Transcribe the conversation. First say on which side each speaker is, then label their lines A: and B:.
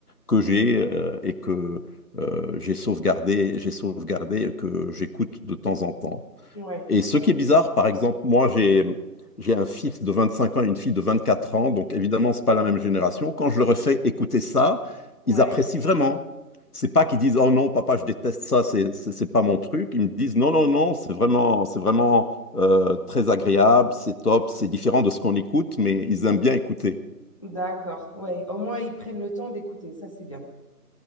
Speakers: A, on the left (about 70°); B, on the left (about 20°).
A: que j'ai euh, et que euh, j'ai sauvegardé, j'ai sauvegardé et que j'écoute de temps en temps.
B: ouais,
A: Et ce
B: ouais.
A: qui est bizarre, par exemple, moi, j'ai, j'ai un fils de 25 ans et une fille de 24 ans, donc évidemment, c'est pas la même génération. Quand je leur fais écouter ça,
B: Ouais,
A: ils apprécient vraiment. C'est pas qu'ils disent, oh non, papa, je déteste ça, c'est, c'est c'est pas mon truc. Ils me disent, non, non, non, c'est vraiment, c'est vraiment euh, très agréable, c'est top, c'est différent de ce qu'on écoute, mais ils aiment bien écouter.
B: d'accord. Ouais, au moins ils prennent le temps d'écouter, ça c'est bien.